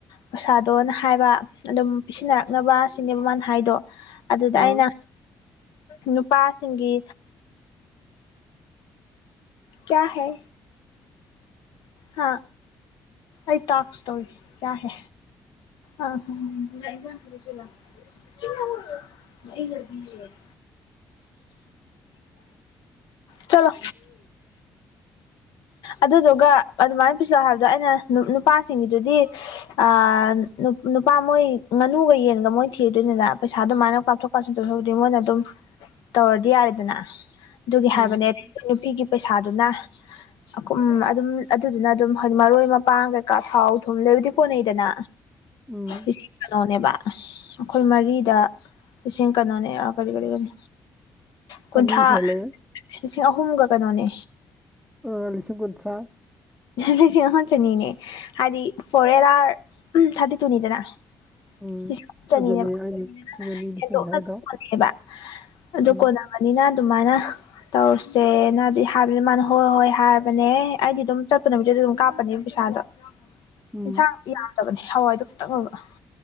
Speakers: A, on the left; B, in the centre.
A: ꯄꯩꯁꯥꯗꯣꯅ ꯍꯥꯏꯕ ꯑꯗꯨꯝ ꯄꯤꯁꯤꯟꯅꯔꯛꯅꯕ ꯁꯤꯅꯦꯕ ꯃꯥꯅ ꯍꯥꯏꯗꯣ ꯑꯗꯨꯗ
B: ꯑꯥ
A: ꯑꯩꯅ ꯅꯨꯄꯥꯁꯤꯡꯒꯤ ꯀꯌꯥ ꯍꯦ ꯍꯥ ꯑꯩ ꯇꯥꯛꯁ ꯇꯧꯔꯤ ꯀꯌꯥꯍꯦ ꯑ <unintelligible> <unintelligible> ꯆꯠꯂꯣ ꯑꯗꯨꯗꯨꯒ ꯑꯗꯨꯃꯥꯏꯅ ꯄꯤꯖꯥ ꯍꯥꯏꯕꯗꯣ ꯑꯩꯅ ꯅꯨꯄꯥꯁꯤꯡꯒꯤꯗꯨꯗꯤ ꯑ ꯅꯨꯄꯥ ꯃꯣꯏ ꯉꯥꯅꯨꯒ ꯌꯦꯟꯒ ꯃꯣꯏ ꯊꯤꯔꯨꯗꯣꯏꯅꯤꯅ ꯄꯩꯁꯥ ꯑꯗꯨꯃꯥꯏꯅ ꯀꯥꯞꯊꯣꯛ ꯅꯗꯣꯏ ꯕꯨꯗꯤ ꯃꯣꯏꯅ ꯑꯗꯨꯝ ꯇꯧꯔꯗꯤ ꯌꯥꯔꯦꯗꯅ ꯑꯗꯨꯒꯤ
B: ꯎꯝ
A: ꯍꯥꯏꯕꯅꯦ ꯅꯨꯄꯤꯒꯤ ꯄꯩꯁꯥꯗꯨꯅ ꯑꯀꯥꯝ ꯑꯗꯨꯝ ꯑꯗꯨꯗꯨꯅ ꯑꯗꯨꯝ ꯍꯣꯏ ꯃꯥꯔꯣꯏ ꯃꯄꯥꯡ ꯀꯩꯀꯥ ꯊꯥꯎ ꯊꯨꯝ ꯂꯩꯕꯗꯤ ꯀꯣꯟꯅꯩꯗꯅ
B: ꯎꯝ
A: ꯀꯩꯅꯣꯅꯦꯕꯥ ꯑꯩꯈꯣꯏ ꯃꯔꯤꯗ ꯂꯤꯁꯤꯡ ꯀꯩꯅꯣꯅꯦ ꯀꯔꯤ ꯀꯔꯤ ꯀꯔꯤ ꯀꯨꯟꯊ꯭ꯔꯥ
B: ꯑꯅꯤ ꯍꯦꯜꯂꯦ
A: ꯂꯤꯁꯤꯡ ꯑꯍꯨꯝꯒ ꯀꯩꯅꯣꯅꯦ
B: ꯑꯥ ꯂꯤꯁꯤꯡ ꯀꯨꯟꯊ꯭ꯔꯥ
A: ꯂꯤꯁꯤꯡ ꯑꯃꯥ ꯆꯥꯅꯤꯅꯦ ꯍꯥꯏꯗꯤ ꯐꯣꯔꯦꯂꯥꯔ ꯊꯥꯔꯇꯤ ꯇꯨꯅꯤꯗꯅ
B: ꯎꯝ
A: ꯂꯤꯁꯤꯡ ꯑꯃ ꯆꯥꯅꯤꯅꯦꯕ
B: ꯑꯗꯨꯅꯦ ꯑꯩꯅ ꯂꯤꯁꯤꯡ ꯑꯅꯤꯅꯤ
A: ꯍꯦꯟꯗꯣꯛꯅ
B: ꯍꯦꯜꯂꯦ ꯍꯥꯏꯗꯣ
A: ꯀꯣꯟꯅꯩꯕꯥ ꯑꯗꯨ
B: ꯎꯝ
A: ꯀꯣꯟꯅꯕ ꯕꯅꯤꯅ ꯑꯗꯨꯃꯥꯏꯅ ꯇꯧꯔꯥꯁꯦꯅꯗꯤ ꯍꯥꯏꯕꯅꯦ ꯃꯥꯅ ꯍꯣꯏ ꯍꯣꯏ ꯍꯥꯏꯔꯕꯅꯦ ꯑꯩꯗꯤ ꯑꯗꯨꯝ ꯆꯠ ꯄ ꯅꯨꯃꯤꯠꯇꯨꯗ ꯑꯗꯨꯝ ꯀꯥꯞꯄꯅꯤꯕ ꯄꯩꯁꯥꯗꯣ
B: ꯎꯝ
A: ꯏꯟꯁꯥꯡ ꯌꯥꯝꯗꯥꯕꯅꯦ ꯍꯋꯥꯏꯗꯣ ꯈꯤꯇꯪ ꯑꯣꯏꯕ